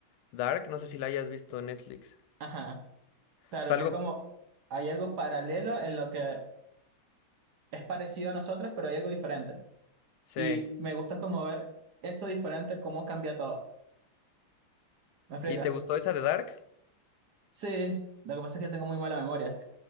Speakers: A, on the left; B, on the right.
A: Dark. No sé si la hayas visto en Netflix.
B: Ajá.
A: O
B: Claro
A: sea,
B: que
A: algo...
B: es como, hay algo paralelo en lo que es parecido a nosotros, pero hay algo diferente.
A: Sí.
B: Y me gusta como ver eso diferente, cómo cambia todo. ¿Me explica?
A: ¿Y te gustó esa de Dark?
B: Sí, lo que pasa es que tengo muy mala memoria.